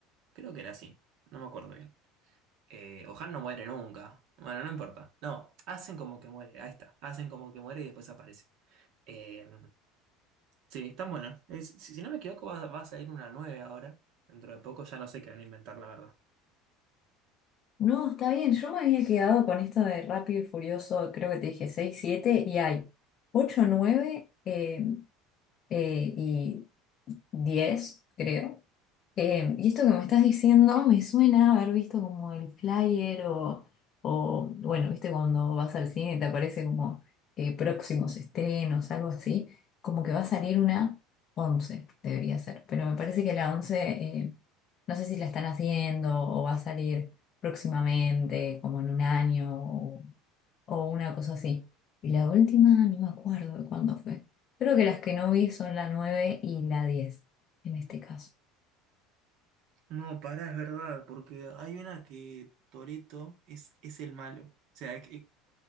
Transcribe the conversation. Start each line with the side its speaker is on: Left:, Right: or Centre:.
Right: Creo que era así. No me acuerdo bien. Eh, o Han no muere nunca. Bueno, no importa. No, hacen como que muere. Ahí está. Hacen como que muere y después aparece. Eh, Sí, están buenas. Es- si si no me equivoco, va, va a salir una 9 ahora. Dentro de poco ya no sé qué van a inventar, la verdad.
Left: No, está bien, yo me había quedado con esto de Rápido y Furioso, creo que te dije 6 7 y hay 8 9 eh, eh, y 10 creo. Eh, y esto que me estás diciendo me suena a haber visto como el flyer o, o, bueno, viste cuando vas al cine y te aparece como eh, próximos estrenos, algo así, como que va a salir una 11 debería ser, pero me parece que la 11 eh, no sé si la están haciendo o va a salir próximamente, como en un año o, o una cosa así. Y la última no me acuerdo de cuándo fue. Creo que las que no vi son la 9 y la 10 en este caso.
Right: No, pará, es verdad, porque hay una que Toretto es, es el malo. O sea, es que-